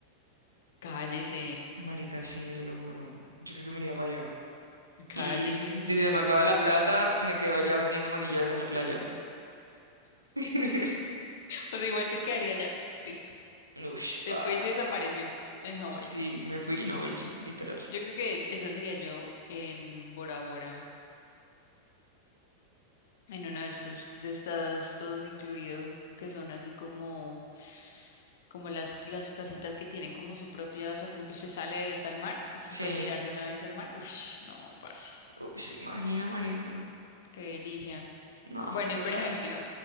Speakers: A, on the left (about 55°); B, on the right (about 85°).
A: Cállese.
B: Marica, sí, se lo juro. Yo creo que me iría para allá.
A: Cállese.
B: Y si si se
A: No,
B: me acaba
A: nunca.
B: la plata, me quedo allá
A: mm.
B: vendiendo manillas en la playa. <laughs>
A: O sea, igual se quedaría allá. Listo.
B: Ush,
A: Se
B: paga.
A: fue y se desapareció en Hawái.
B: Sí, me fui y no volví, literal.
A: Yo creo que esa sería yo en Bora Bora, en uno de estos, de estas, todos incluido, que son así como, como las, las casitas que tienen como su propia, o sea, como que usted sale y está al mar, que usted
B: Sí.
A: se puede tirar de una vez al mar. Uf, no, parce,
B: Uy, se imagina, marica.
A: qué delicia.
B: No,
A: Bueno,
B: brutal.
A: y por ejemplo,